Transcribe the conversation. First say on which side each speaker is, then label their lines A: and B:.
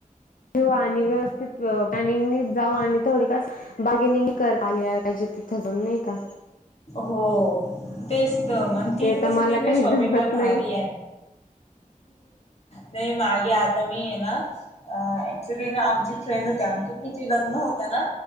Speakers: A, on the left; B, on the left.
A: घेऊ आणि व्यवस्थित पॅनिंग जाऊ आणि थोडे कास बार्गेनिंग कर आली पाहिजे तिथे जाऊन नाही का
B: हो तेच तर म्हण ती
A: ते तर
B: कस
A: मला
B: ती ना
A: काही
B: शॉपिंगला
A: जमत
B: भारी
A: नाही
B: आहे नाही मागे आता मी ये ना अ ऍक्च्युली ना आमची फ्रेंड होती आमचे ति लग्न होत ना.